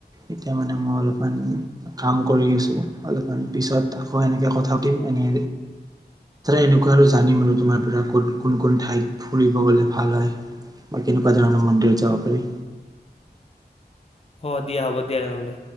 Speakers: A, on the right; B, on the left.
A: এতিয়া মানে মই অলপমান কাম কৰি আছো অলপমান পিছত আকৌ এনেকে কথা পাতিম এনে এনেকুৱা আৰু জানিম আৰু তোমাৰ পৰা কোন কোন কোন ঠাইত ফুৰিব? ভাল হয় আৰু কেনেকুৱা জানেনে মন্দিৰত যাব পাৰি?
B: অ' দিয়া হ'ব দিয়া তেনেহ'লে